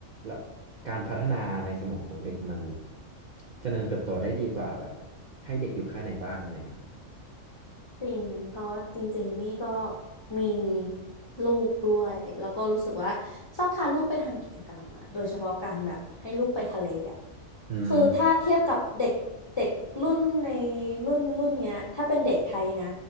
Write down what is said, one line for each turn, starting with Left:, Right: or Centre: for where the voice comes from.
Right: แล้วการพัฒนาในสมองของเด็กมันเจริญเติบโตได้ดีกว่าแบบให้เด็กอยู่แค่ในบ้านอะไรอย่างเงี้ยครับ
Left: จริงเพราะจริงๆนี่ก็มีลูกด้วยแล้วก็รู้สึกว่าชอบพาลูกไปทำกิจกรรมอะโดยเฉพาะการแบบให้ลูกไปทะเลอะ
Right: อืม
Left: คือถ้าเทียบกับเด็กเด็กรุ่นในรุ่นรุ่นเนี้ยถ้าเป็นเด็กไทยนะ